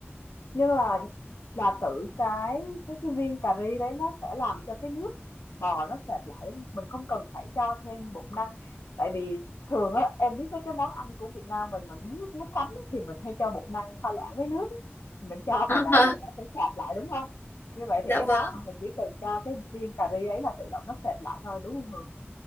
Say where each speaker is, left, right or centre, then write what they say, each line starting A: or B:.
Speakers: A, on the left; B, on the left.
A: Nhưng mà là tự cái cái cái viên cà ri đấy nó sẽ làm cho cái nước bò nó sệt lại đúng không? Mình không cần phải cho thêm bột năng. Tại vì thường á em biết mấy cái món ăn của Việt Nam mình mình muốn nó sánh á, thì mình hay cho bột năng pha loãng với nước á. Mình cho
B: <laughs>
A: vào đấy thì nó sẽ sệt lại đúng không? Như vậy thì
B: Dạ
A: cái
B: vâng.
A: món này mình chỉ cần cho cái viên cà ri ấy là tự động nó sệt lại thôi đúng không Hường?